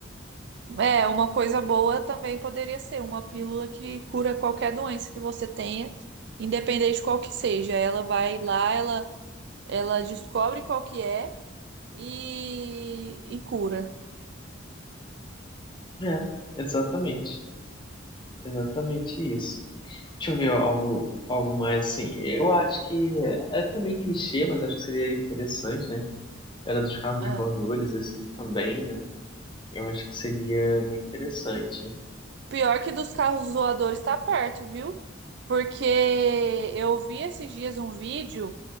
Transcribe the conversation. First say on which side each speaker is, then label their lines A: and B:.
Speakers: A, on the right; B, on the left.
A: é, uma coisa boa também poderia ser uma pílula que cura qualquer doença que você tenha, independente de qual que seja. Ela vai lá, ela, ela descobre qual que é e, e cura.
B: é, exatamente. Exatamente isso. Deixa eu ver algo, algo mais assim. Eu acho que é é até meio clichê, mas acho que seria interessante, né? era dos carros
A: Ah.
B: voadores, assim, também, né? Eu acho que seria meio interessante.
A: Pior que dos carros voadores tá perto, viu? Porque eu vi esses dias um vídeo